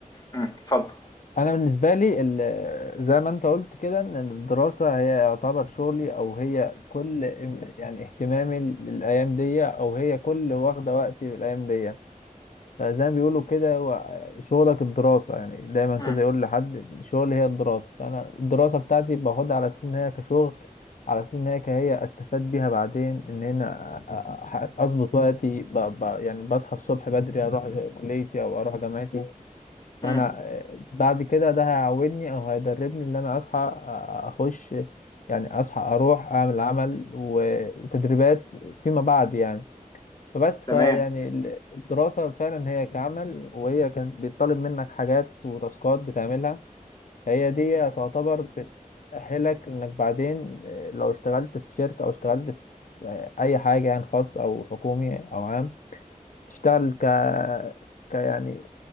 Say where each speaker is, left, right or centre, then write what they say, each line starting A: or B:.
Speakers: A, on the left; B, on the left.
A: امم، اتفضل
B: انا بالنسبه لي ال- زي ما انت قلت كده ان الدراسه هي يعتبر شغلي او هي كل ام- يعني اهتمامي للايام دي او هي كل واخده وقتي في الايام دي فزي ما بيقولوا كده هو شغلك الدراسة يعني دايما
A: امم،
B: كده يقول لحد الشغل هي الدراسة فأنا الدراسة بتاعتي باخدها على أساس إن هي كشغل على أساس إن هي كهي أستفاد بيها بعدين إن هنا أ- أ- أ- أظبط وقتي ب... ب... يعني بصحى الصبح بدري أروح كليتي أو أروح جامعتي
A: امم،
B: فأنا آه، بعد كده ده هيعودني أو هيدربني إن أنا أصحى آه، أخش يعني أصحى أروح أعمل عمل و... وتدريبات فيما بعد يعني فبس فيعني
A: تمام،
B: ال- الدراسة فعلا هي كعمل وهي كان بيطلب منك حاجات وتاسكات بتعملها هي دي تعتبر بتأهلك إنك بعدين آه، لو اشتغلت في شركة أو اشتغلت في آه، أي حاجة يعني خاص أو حكومي أو عام تشتغل ك... ك يعني